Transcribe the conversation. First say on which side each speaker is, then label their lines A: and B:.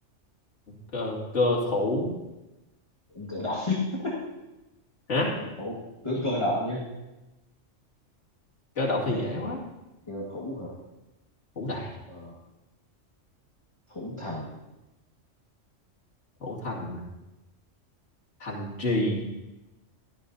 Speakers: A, on the left; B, on the left.
A: cơ cơ thủ
B: ứng cử động. <laughs>
A: hả
B: cơ thủ tướng cơ động nhé
A: cơ động
B: Cơ,
A: thì dễ quá
B: cơ thủ hả?
A: thủ đầy
B: Ờ, thủ thành,
A: thủ thành mà. thành trì